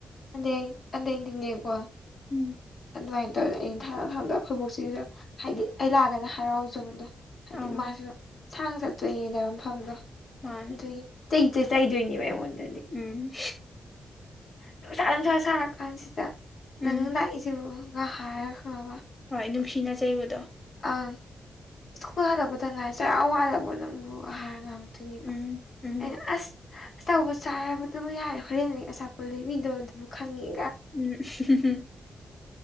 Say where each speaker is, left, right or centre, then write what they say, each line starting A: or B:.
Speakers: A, on the left; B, on the left.
A: ꯑꯗ ꯑꯗ ꯇꯟꯅꯀꯣ
B: ꯎꯝ
A: ꯑꯗꯨꯃꯥꯏꯅ ꯇꯧꯔ ꯑꯩꯅ ꯊꯥꯡꯗ ꯊꯥꯡꯗ ꯑꯩꯈꯣꯏꯕꯣꯛꯁꯤꯁꯨ ꯍꯥꯏꯗꯤ ꯑꯩ ꯂꯥꯛꯑꯒꯅ ꯍꯔꯥꯎꯖꯕꯗꯣ ꯍꯥꯏꯗꯤ
B: ꯑꯪ
A: ꯃꯥꯁꯨ ꯁꯥꯡ ꯆꯠꯇꯣꯏꯅꯦꯅꯦꯕ ꯃꯐꯝꯗꯣ
B: ꯃꯥꯅꯦ
A: ꯑꯗꯨꯒꯤ ꯆꯩꯁꯦ ꯆ ꯆꯩꯗꯣꯏꯅꯦꯕ ꯑꯩꯉꯣꯟꯗ
B: ꯎꯝ
A: ꯅꯨꯡꯁꯥ ꯅꯨꯡꯁꯥ ꯁꯥꯔ ꯀꯥꯟꯁꯤꯗ ꯅꯪ
B: ꯎꯝ
A: ꯂꯥꯛꯏꯁꯤꯕꯨ ꯉꯥ ꯍꯥꯏꯔꯒ ꯈꯪꯉꯕ
B: ꯍꯣꯏ ꯅꯨꯡꯁꯤꯅ ꯆꯩꯕꯗꯣ
A: ꯑꯪ ꯁ꯭ꯀꯨꯜ ꯍꯜꯂꯛꯄꯗ ꯉꯥꯏ ꯆꯔꯥ ꯋꯥꯠꯂꯕꯣ ꯅꯪꯕꯨ ꯑꯍꯔ ꯉꯥꯡ ꯊ
B: ꯎꯝ ꯎꯝ
A: ꯑ ꯑꯁ ꯑꯆꯥꯄꯠ ꯆꯥꯔꯕꯗꯨꯕꯨ ꯌꯥꯔꯦ ꯍꯣꯔꯦꯟꯅꯦ ꯑꯆꯥꯄꯣ ꯂꯩꯕꯤꯗꯣ ꯑꯗꯨꯕꯨ ꯈꯪꯉꯦ
B: ꯎꯝꯝꯝ